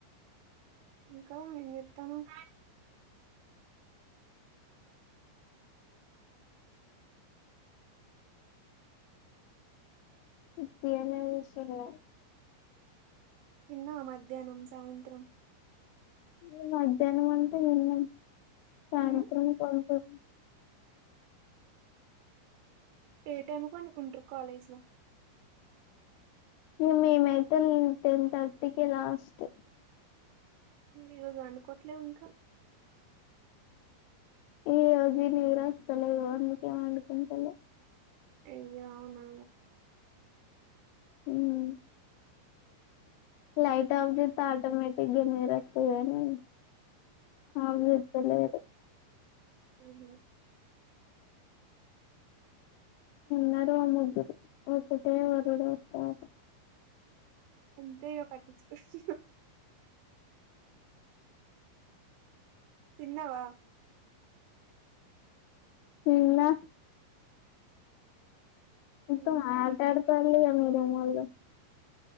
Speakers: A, on the right; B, on the left.
A: ఇంకా ఏం చెత్తన్నావ్
B: ఇప్పుడే నేన్ కూసున్న
A: తిన్నావా మధ్యాహ్నం సాయంత్రం
B: ఇగ మధ్యాహ్నం అంత తిన్న సాయంత్రం
A: ఉమ్
B: కొంచెం
A: ఏ టైమ్ పండుకుంటారు కాలేజి ల
B: ఇగ మేమైతే టెన్ థర్టీకే లాస్ట్
A: ఈ రోజు వండుకోవట్లేవ్ ఇంకా
B: ఈ రోజు ఈ నీద్రా ఆస్తలేదు అందుకే వండుకుంటలే
A: అయ్య అవునా
B: ఉమ్ లైట్ అపూజేసి పాటలు పేట్ కొంచెం నిద్ర అత్తది అని అవు ఓత్త లేదు
A: ఉమ్ హా
B: నేను ఓ ముగ్గురు ఒకటే <unintelligible>
A: అంతే ఇగ పట్టిచ్చు కోర్ ఇగ తిన్నావా
B: తిన్న మొత్తం
A: ఇంకా
B: ఆట ఆడుతళ్ళుగా మీర్ మల్ల